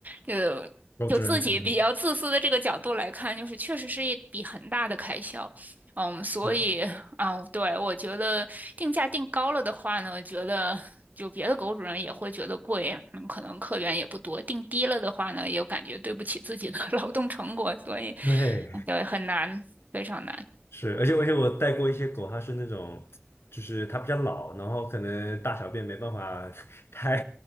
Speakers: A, on the right; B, on the left.
A: 呃，
B: 狗主人可能
A: 就自己比较自私的这个角度来看，就是确实是一笔很大的开销。嗯，所以啊，
B: 是
A: 对，我觉得定价定高了的话呢，我觉得就别的狗主人也会觉得贵，嗯，可能客源也不多。定低了的话呢，也感觉对不起自己的 <laughs> 劳动成果，所以
B: 对
A: 嗯对，很难，非常难。
B: 是，而且而且我带过一些狗，它是那种就是它比较老，然后可能大小便没办法 <laughs> 太